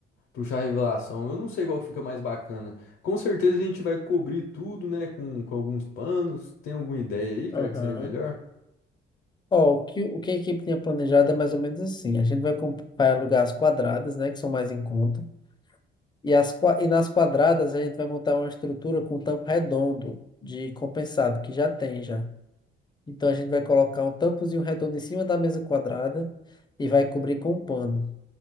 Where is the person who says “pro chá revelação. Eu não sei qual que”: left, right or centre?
Left